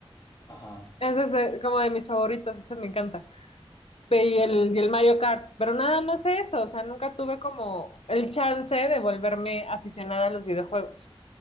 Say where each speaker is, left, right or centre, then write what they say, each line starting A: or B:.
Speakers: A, on the left; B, on the left.
A: ajá,
B: Ese es eh, como de mis favoritos, ese me encanta. Ve,
A: Sí,
B: Y
A: sí,
B: el,
A: sí.
B: y el Mario Kart, pero nada más eso, o sea, nunca tuve como el chance de volverme aficionada a los videojuegos.